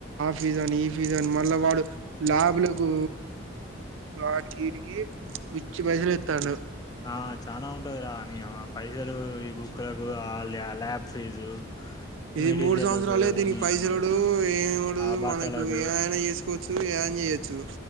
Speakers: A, on the right; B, on the left.
A: ఫిజా అని ఈ ఫిజాని మళ్ళా వాడు ల్యాబ్లకు అటికి ఇటికి విచ్చి పైసలు ఎతాండు
B: ఆ చానా ఉంటది రా పైసలు ఈ బుక్కులకు ఆ ల్య ల్యాబ్ ఫీజు
A: ఇది
B: మెటీరియల్లకు
A: మూడు సంవత్సరాలే దీనికి
B: నీ
A: పైసరుడు
B: అమ్మ
A: ఏముండుదు
B: ఆ బట్టలకు
A: మనకు ఏమైనా చేసుకోవచ్చు చూ ఏం చేయచ్చు